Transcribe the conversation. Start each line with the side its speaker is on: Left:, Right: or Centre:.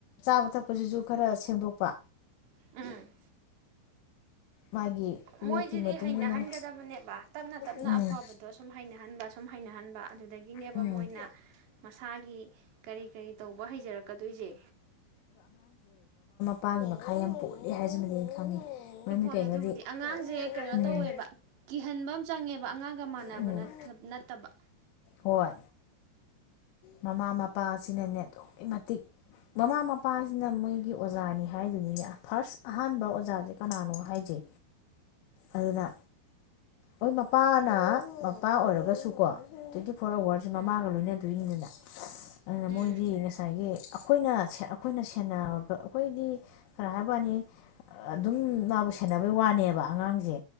Left: ꯆꯥꯕ ꯊꯛꯄꯁꯤꯁꯨ ꯈꯔ ꯁꯦꯝꯗꯣꯛꯄ
Right: ꯎꯝ
Left: ꯃꯥꯒꯤ
Right: ꯃꯣꯏꯁꯤꯗꯤ
Left: ꯋꯦꯠꯀꯤ ꯃꯇꯨꯡ
Right: ꯍꯩꯅꯍꯟꯒꯗꯕꯅꯦꯕ
Left: ꯏꯟꯅ
Right: ꯇꯞꯅ ꯇꯞꯅ
Left: ꯎꯝ
Right: ꯑꯐꯕꯗꯣ ꯁꯨꯝ ꯍꯩꯅꯍꯟꯕ ꯁꯨꯝ ꯍꯩꯅꯍꯟꯕ ꯑꯗꯨꯗꯒꯤꯅꯦꯕ
Left: ꯎꯝ
Right: ꯃꯣꯏꯅ ꯃꯁꯥꯒꯤ ꯀꯔꯤ ꯀꯔꯤ ꯇꯧꯕ ꯍꯩꯖꯔꯛꯀꯗꯣꯏꯁꯦ
Left: ꯄꯄꯥ ꯃꯈꯥ ꯌꯥꯝ ꯄꯣꯛꯏꯦ ꯑꯦ ꯍꯥꯏꯁꯤꯃꯗꯤ ꯑꯩꯅ ꯈꯪꯉꯤ ꯃꯔꯝꯗꯤ
Right: ꯈꯣꯠꯂꯦ
Left: ꯀꯩꯅꯣꯗꯤ
Right: ꯑꯗꯨꯕꯨꯗꯤ ꯑꯉꯥꯡꯁꯦ ꯀꯩꯅꯣ
Left: ꯎꯝ
Right: ꯇꯧꯋꯦꯕ ꯀꯤꯍꯟꯕ ꯆꯪꯉꯦꯕ ꯑꯉꯥꯡ ꯒ ꯃꯥꯟꯅꯕ
Left: ꯎꯝ
Right: ꯅꯠꯇꯕ
Left: ꯍꯣꯏ ꯃꯃꯥ ꯃꯄꯥ ꯑꯁꯤꯅꯅꯦ ꯑꯗꯨꯛꯀꯤ ꯃꯇꯤꯛ ꯃꯃꯥ ꯃꯄꯥꯁꯤꯅ ꯃꯣꯏꯒꯤ ꯑꯣꯖꯥꯅꯤ ꯍꯥꯏꯗꯨꯅꯤꯅꯦ ꯐꯥꯔꯁ ꯑꯍꯥꯟꯕ ꯑꯣꯖꯥꯁꯦ ꯀꯅꯥꯅꯣ ꯍꯥꯏꯁꯦ ꯑꯗꯨꯅ ꯍꯣꯏ ꯃꯄꯥꯅ ꯃꯄꯥ ꯑꯣꯏꯔꯒꯁꯨꯀꯣ ꯇ ꯐꯣꯔ ꯑꯋꯥꯔꯁꯦ ꯃꯃꯥꯒ
Right: ꯎꯝ
Left: ꯂꯣꯏꯅꯗꯣꯏꯅꯤꯗꯅ ꯑꯗꯨꯅ
Right: ꯎꯝ
Left: ꯃꯣꯏꯗꯤ ꯉꯁꯥꯏꯒꯤ ꯑꯩꯈꯣꯏꯅ ꯑꯩꯈꯣꯏꯅ ꯁꯦ ꯑꯩꯈꯣꯏꯗꯤ ꯈꯔ ꯍꯥꯏꯕꯅꯤ ꯑꯗꯨꯝ ꯃꯥꯕꯨ ꯁꯦꯟꯅꯕꯩ ꯋꯥꯅꯦꯕ ꯑꯉꯥꯡꯁꯦ